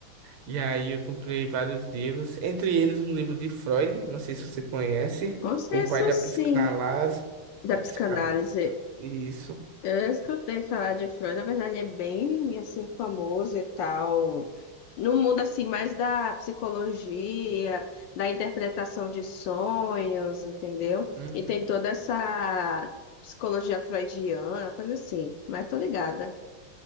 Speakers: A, on the right; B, on the left.
A: E aí eu comprei vários livros, entre eles um livro de Freud, não sei se você conhece,
B: Consenso,
A: O Pai da
B: sim,
A: Psicanálise,
B: da
A: da
B: psicanálise.
A: psicanálise, isso.
B: Eu já escutei falar de Frozen, na verdade é bem assim famoso e tal. No mundo assim mais da psicologia, da interpretação de sonhos, entendeu?
A: Uhum.
B: E tem toda essa psicologia freudiana, coisa assim, mas tô ligada.